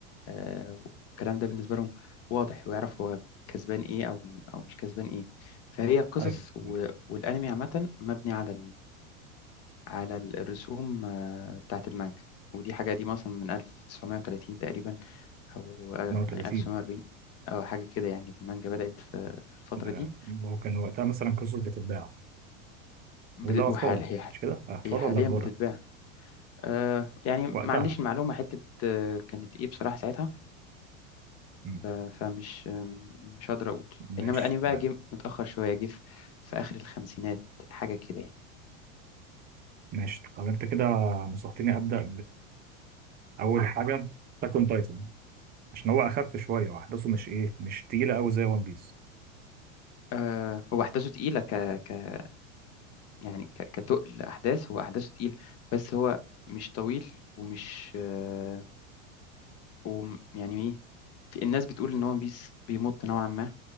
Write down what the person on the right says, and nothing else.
ايوه
تمام
38
ده
هو كان وقتها مثلا قصص بتتباع
ولا أطفال
مش كده أطفال
ولا كبار
وقتها
مم.
ماشي
تمام
ماشي طب أنت كده نصحتني أبدأ بأول حاجة تاكون تايتن عشان هو أخف شوية وأحداثه مش إيه مش تقيلة أوي زي ون بيس